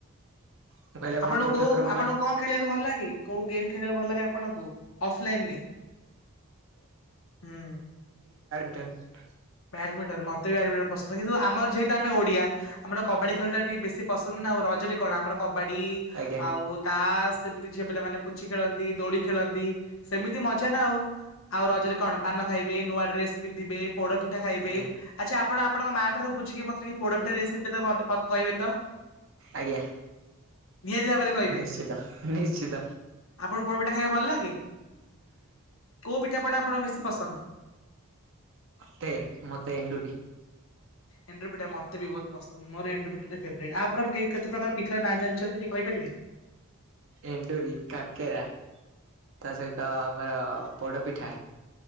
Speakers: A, on the right; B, on the left.
A: ମୁଁ କହିଲି ଆପଣ
B: ଆପଣକୋଉ
A: କୋଉ ଠାକୁରଙ୍କୁ ମାନେ
B: ଆପଣଙ୍କୁ କଣ ଖେଳିବାକୁ ଭଲ ଲାଗେ। କୋଉ ଗେମ ଖେଳିଆକୁ ଭଲ ଲାଗେ ଆପଣଙ୍କୁ ଅଫଲାଇନ ରେ ହୁଁ।
A: ମିଟନ୍।
B: ବ୍ୟାଡମିଟନ ମତେ ବି ବ୍ୟାଡମିଟନ ପସନ୍ଦ କିନ୍ତୁ ଆମର ଯେହ ତୁ ଆମେ ଓଡିଆ ଆମର କବାଡି ଖେଳ ଟା ରେ ଟିକେ ବେଶୀ ପସନ୍ଦ ନା ଆଉ ରଜ ରେ କଣ ଆମର କ ବାଡି
A: ଆଜ୍ଞା
B: ଆଉ ତାସ। ସେମିତି ଝିଅ ପିଲାମାନେ ପୁଚି ଖେଳନ୍ତି ଦୋଳି ଖେଳନ୍ତି। ସେମିତି ମଜା ନା ଆଉ ଆଉ ରଜରେ କଣ ପାନ ଖାଇବେ ନୂଆ ଡ୍ରେସ ପିନ୍ଧିବେ ପୋଡ ପି ଖାଇବେ
A: ଆଜ୍ଞା
B: ଆଚ୍ଛା ଆପଣ ଆପଣଙ୍କ ମା ଠାରୁ ବୁଝିକି ମତେ ଟିକେ ପୋଡପିଠା ରେସିପି ଟା ତ ବନତେ କ କହିବେ ତ। <inaudible>
A: ଆଜ୍ଞା
B: ନିହାତି ଭାବରେ କହିବେ
A: ନିଶ୍ଚିତ ନିଶ୍ଚିତ
B: <inaudible> ଆପଣଙ୍କୁ ପୋଡପିଟା ଖାଇବାକୁ ଭଲ ଲାଗେ <inaudible> କୋଉ ପି ପିଠା ପଣା ଆପଣକୁ ବେଶୀ ପସନ୍ଦ।
A: ମତେ ମତେ ଏଣ୍ଡୁରି।
B: ଏଣ୍ଟରି ପିଠା ମତେ ବି ବହୁତ ପସନ୍ଦ ମୋର ଏଣ୍ଡୁରି ପିଠା ଟା ଫେବରାଇଟ ଆଉ ଆପଣ କେ କେତେ ପ୍ରକାର ପିଠାର ନାଁ ଜାଣିଛନ୍ତି ଟିକେ କହିପାରିବେ।
A: ଏଣ୍ଡୁରି କାକେରା ତା ସହିତ ଆମର ପୋଡପିଠା।